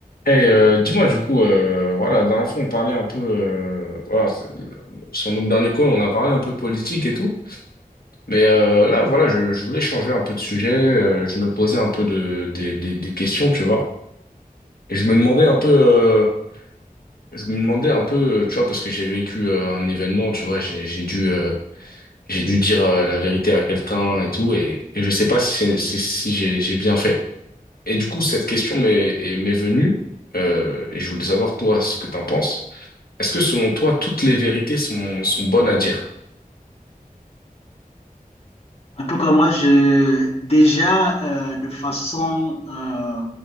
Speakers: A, on the left (about 80°); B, on the left (about 40°).
A: Et euh, dis-moi du coup, euh, voilà, la dernière fois on parlait un peu, euh, voilà, c'est- sur notre dernier call on a parlé un peu politique et tout, mais euh, là voilà, je, je voulais changer un peu de sujet, euh, je me posais un peu de, des, des, des questions, tu vois, et je me demandais un peu, euh, je me demandais un peu, euh, tu vois, parce que j'ai vécu euh, un événement, tu vois, j'ai, j'ai dû, euh, j'ai dû dire euh, la vérité à quelqu'un et tout, et, et je sais pas si, c'est- si, si j'ai, j'ai bien fait. Et du coup cette question m'est, est- m'est venue, euh, et je voulais savoir toi ce que t'en penses. Est-ce que selon toi, toutes les vérités sont, sont bonnes à dire?
B: En tout cas, moi, je, déjà, euh, de façon euh,